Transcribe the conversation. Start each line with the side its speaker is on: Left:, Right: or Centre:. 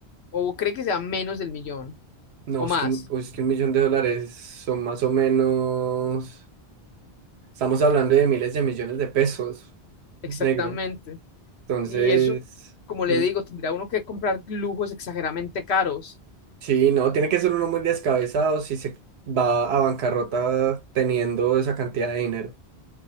Left: o cree que sea menos del millón,
Right: No,
Left: o más,
Right: es que un, es que un millón de dólares son más o menos. Estamos hablando de miles de millones de pesos,
Left: exactamente,
Right: negro. Entonces,
Left: y eso, como le
Right: mm,
Left: digo, tendría uno que comprar lujos exageradamente caros
Right: sí, no, tiene que ser uno muy descabezado si se va a bancarrota teniendo esa cantidad de dinero.